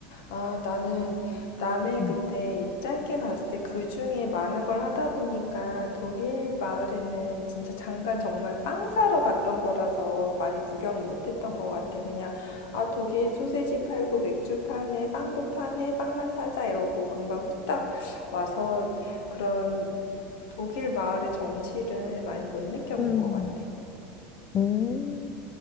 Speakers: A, on the left; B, on the left.
A: 아, 나는 남해
B: 음,
A: 그때 짧게 갔을 때 그 중에 많은 걸 하다 보니까 독일 마을에는 진짜 잠깐 정말 빵 사러 갔던 거라서 많이 구경 못 했던 것 같아. 그냥, 아, 독일 소세지 팔고 맥주 파네, 빵도 파네, 빵만 사자 이러고 금방 후딱 와서 그런 독일 마을의 정취를 많이 못 느껴본
B: 음,
A: 것 같아.
B: 음,